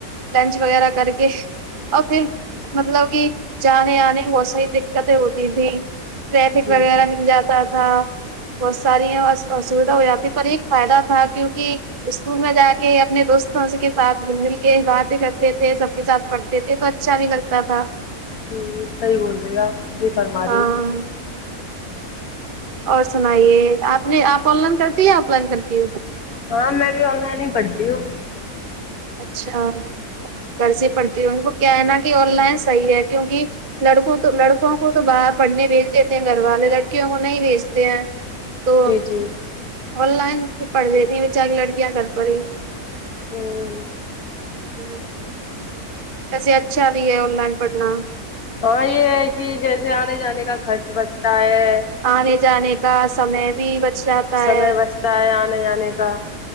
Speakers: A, on the right; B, on the left.
A: لنچ وغیرہ کر کے اور پھر مطلب کہ جانے آنے بہت ساری دقتیں ہوتی تھی ٹریفک
B: جی
A: وغیرہ
B: جی
A: مل جاتا تھا بہت ساری ہیںسویدھا ہو جاتی ہے پر ایک فائدہ تھا کیونکہ اسکول میں جا کے اپنے دوستوں کے ساتھ مل مل کے باتیں کرتے تھے سب کے ساتھ پڑتے تھے تو اچھا بھی لگتا تھا
B: ہوں صحیح بول رہے ہو آپ صحیح فرما
A: ہاں
B: رہی ہے
A: اور سنائیے آپ نے آپ آن لائن کرتی یا آف لائن کرتی ہو
B: ہاں میں بھی آن لائن ہی پڑھتی ہوں
A: اچھا گھر سے ہی پڑتی ہوں ان کو کیا ہے نا کہ آن لائن صحیح ہے کیونکہ لڑکوں تو لڑکوں کو تو باہر پڑھنے بھیج دیتے ہیں گھر والے لڑکیوں کو نہیں بھیجتے ہیں تو
B: جی جی
A: آن لائن پڑھ دیتی ہیں بیچاری کی لڑکیاں گھر پر ہی
B: ہوں
A: ہوں ویسے اچھا بھی ہے آن لائن پڑھنا
B: ہاں یہ ہے کہ جیسے آنے جانے کا خرچ بچتا ہے
A: آنے جانے کا سمے بھی بچ جاتا
B: سمے
A: ہے
B: بچتا ہے آنے جانے کا